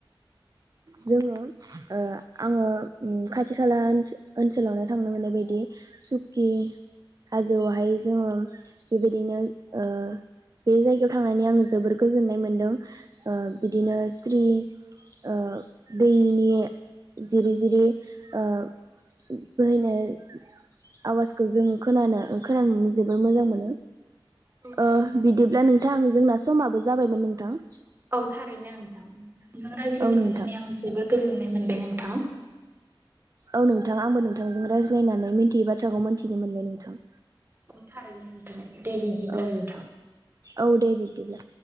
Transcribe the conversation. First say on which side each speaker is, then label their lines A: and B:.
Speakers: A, on the right; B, on the right.
A: <inaudible>
B: जोङो ओ आङो उम खाथि खाला ओन ओनसोलावनो थांनो मोननाय बायदि सुकि हाजोआवहाय जोङो बेबायदिनो ओ बे जायगायाव थांनानै आङो जोबोर गोजोननाय मोनदों बिदिनो स्रि ओ दैनि जिरि जिरि ओ बोहैनाय आवाजखौ जों खोनानो खोनानानै जोबोर मोजां मोनो।
A: औ
B: ओह
A: थारैनो नोंथां
B: बिदिब्ला नोंथां जोंना समाबो जाबायमोन नोंथां।
A: औ थारैनो नोंथां नोंजों रायज्लायनो
B: औ नोंथां
A: मोननानै आं जोबोर गोजोननाय मोनबाय नोंथां।
B: औ नोंथां आंबो नोंथांजों रायज्लायनानै मिन्थियै बाथ्राखौ मिन्थिनो मोनबाय नोंथां।
A: औ थारैनो नोंथां दे बिदिब्ला
B: औ
A: नोंथां।
B: औ दे बिब्दिब्ला